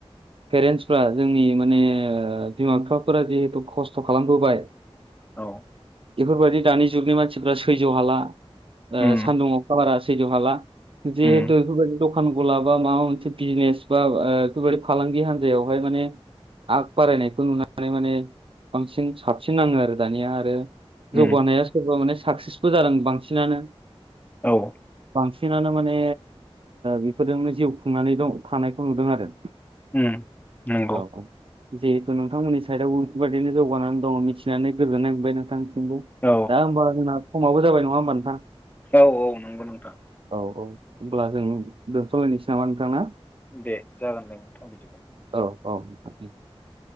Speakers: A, on the right; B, on the left.
A: पेरेन्टसफ्रा जोंनि माने ओ बिमा बिफाफोरा जिहेतु खस्थ' खालामबोबाय
B: औ।
A: बेफोरबायदि दानि जुगनि मानसिफ्रा सैज्य हाला ओ
B: उम
A: सान्दुं अ खा सैज' हाला जिहेथु
B: उम
A: बेफोरबायदि दखान गला बा माबा मोनसे बिजनेस बा बेफोरबायदि फालांगि हान्जायावहाय माने आग बारायनायखौ नुनानै माने बांसिन साबसिन नाङो आरो दानिया आरो
B: उम
A: जौगानाया सोरबा माने साक्सेसबो जादों बांसिनानो
B: औ
A: बांसिनानो माने बेफोरजोंनो जिउ खुंनानै दं थानायखौ नुदों आरो।
B: उम नंगौ।
A: औ औ जिहेथु नोंथांमोननि साइडआव बेफोरबायाददिनो जौगानानै दङ मिथिनानै गोगजोननाय मोनबाय नोंथां। नंगौ
B: औ
A: दा होमबा जोंना समाबो जाबाय नङा होमबा नोंथां
B: औ औ नंगौ नोंथां
A: औ औ होमब्ला जों दोनथ'लायनोसै नामा नोंथां ना
B: दे जागोन दे नोंथां बिदिबा
A: औ औ